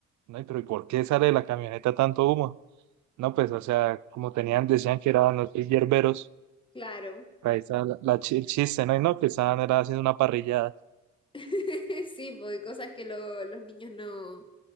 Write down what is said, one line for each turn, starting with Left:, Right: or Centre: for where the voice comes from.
Right: No, Y, pero ¿y por qué sale de la camioneta tanto humo? No, pues, o sea, como tenían, decían que eran los hierberos,
Left: Claro.
Right: ahí está la, la chi- el chiste, ¿no? Y no, que estaban era haciendo una parrillada,
Left: <laughs> Sí, porque cosas que lo- los niños no,